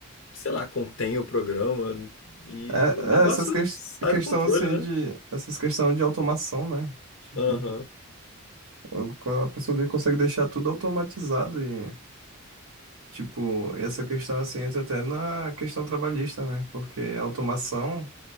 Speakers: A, on the left (about 70°); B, on the right (about 85°).
A: sei lá, contém o programa e
B: É-
A: o negócio
B: é essas questões
A: sai
B: questão
A: do controle,
B: assim
A: né?
B: de essas questão de automação, né? Tipo,
A: Aham.
B: o- a pessoa de- consegue deixar tudo automatizado e tipo, essa questão assim entra até na questão trabalhista, né? Porque a automação